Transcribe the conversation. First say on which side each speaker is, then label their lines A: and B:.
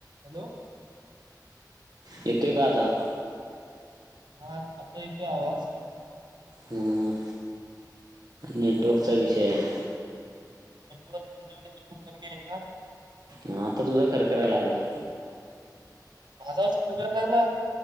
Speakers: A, on the right; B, on the right.
A: Hello
B: येतोय का आता?
A: हा आता येतोय आवाज.
B: हम्म नेटवर्कचा विषय हाय.
A: नेटवर्क <unintelligible> आहे का?
B: हा आता तुझा खरंखराय लागलाय.
A: माझा आवाज खरखराय लागला.